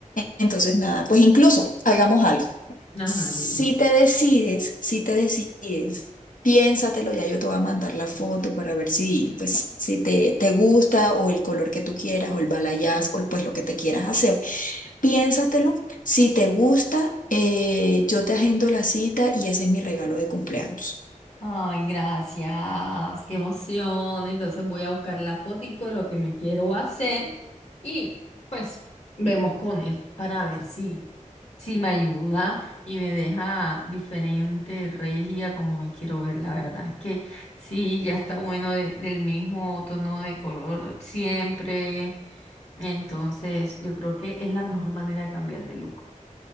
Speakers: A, on the left; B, on the left.
A: Entonces, nada, pues incluso hagamos algo.
B: ajá,
A: Si
B: dime.
A: te decides, si te decides, piénsatelo, ya yo te voy a mandar la foto para ver si, pues, si te, te gusta o el color que tú quieras o el balayage o pues lo que te quieras hacer. Piénsatelo, si te gusta, eh, yo te agendo la cita y ese es mi regalo de cumpleaños.
B: Ay, gracias, qué emoción. Entonces voy a buscar la fotico de lo que me quiero hacer y pues vemos con él para ver si, si me ayuda y me deja diferente, regia, como me quiero ver. La verdad es que sí, ya está bueno de- del mismo tono de color siempre. Entonces yo creo que es la mejor manera de cambiar de look.